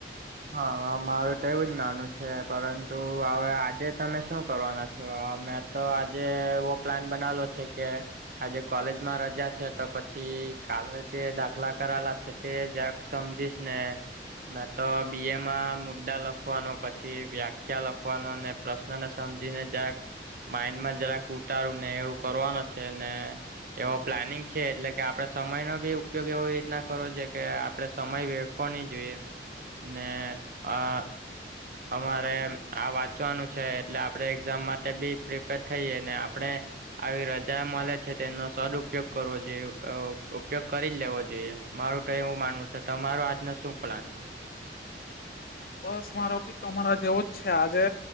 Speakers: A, on the right; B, on the left.
A: હા મારું તો એવું જ માનું છે, પરતુ હવે આજે તમે શું કરવાના છો અમે તો આજે એવો પ્લાન બનાવલો છે, કે આજે કોલેજમાં રજા છે, તો પછી કાલે જે દાખલા કરાયેલા છે. તે જક સમજીશ ને મેં તો બી એમાં મુદ્દા લખવાનો પછી વ્યાખ્યા લખવા વાનો ને પ્રશ્નને સમજીને જક માઈન્ડમાં જરાક ઉતારુ ને એવું કરવાનું છેને. એવો પ્લાનિંગ છે એટલે કે આપડે સમય ન બી ઉપયોગ એવી રીતના કરો જે કે આપડે સમય વ હોણી જોઈએ. ને આ અમારે આ વાંચવાનું છે, એટલે આપણે એક્ઝામ માટે બી પ્રિપેર થઈએ ને આપણે આવી રજા મળે છે, તે એનો સદઉપયોગ કરવો જોઈએ ઉપયોગ કરી જ લેવો જોઈએ. મારુ તો એવું માનવું છે, તમાર આજનો શું પ્લાન છે.
B: બસ મારો ભી તોરા જેવો જ છે, આજે